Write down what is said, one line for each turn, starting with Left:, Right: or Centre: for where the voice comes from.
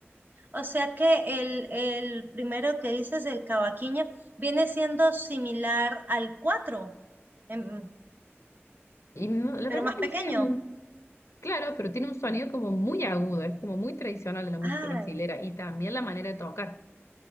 Right: O sea que el, el primero que dices, el cavaquinho, viene siendo similar al cuatro, em,
Left: Y no- la
Right: pero
Left: verdad
Right: más
Left: que
Right: pequeño.
Left: no sé, muy claro, pero tiene un sonido como muy agudo, es como muy tradicional de la música
Right: Ah,
Left: brasilera y también la manera de tocar.